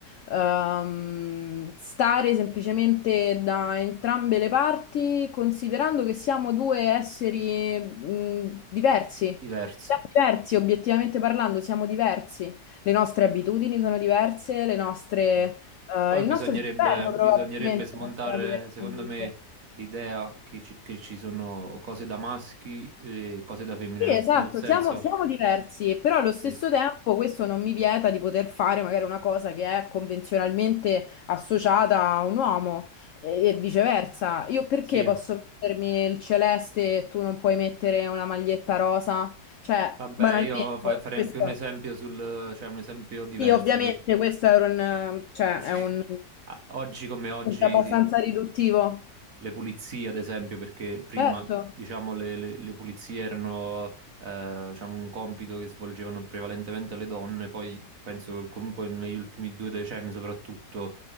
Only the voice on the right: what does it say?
diversi.
Sì.
Poi
bisognerebbe,
bisognerebbe
smontare,
secondo me, l'idea che ci, che ci sono cose da maschi e cose da femmine,
nel,
nel senso,
sì,
sì,
Vabbè,
io fa- farei
più un esempio sul, cioè un esempio diverso.
de-
Sì.
Ah, Oggi come oggi
le pulizie, ad esempio, perché prima,
diciamo, le, le- le pulizie erano, eh, diciamo, un compito che svolgevano prevalentemente le donne, poi penso che comunque negli ultimi due decenni soprattutto